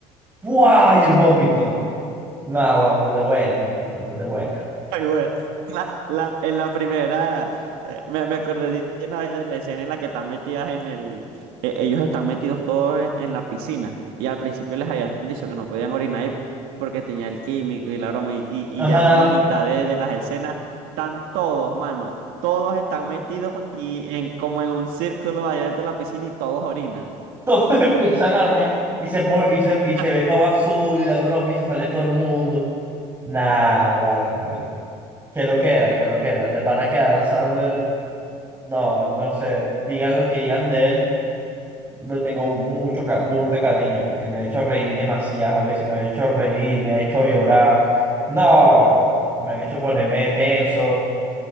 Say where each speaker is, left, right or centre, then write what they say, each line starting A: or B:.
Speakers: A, on the right (about 15°); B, on the right (about 80°).
A: ¡Buah! Y el vómito. Nah, guau, burda de buena, marico, burda de buena.
B: Ay, bueno, la- la- en la primera, eh, me, me acordé de una vez de la escena en la que están metidas en el, e- ellos están metidos todos en, en la piscina y al principio les habían dicho que no podían orinar ahí porque tenía el químico y la broma y, y, y
A: Ajá.
B: ya como a mitad de, de las escenas están todos, mano, todos están metidos y en como en un círculo allá dentro de la piscina y todos orinan.
A: Todos <laughs> empiezan a mear y se, pone, y se, y se
B: <laughs>
A: ve todo azul y la broma y se sale todo el mundo. Nah, guau, Qué lo que era, qué lo que era. De pana que Adam Sandler, no, no sé, digan lo que digan de él, le tengo mucho ca- burda de cariño, porque me ha hecho reír demasiadas veces, me ha hecho reír, me ha hecho llorar. No, me ha hecho ponerme tenso,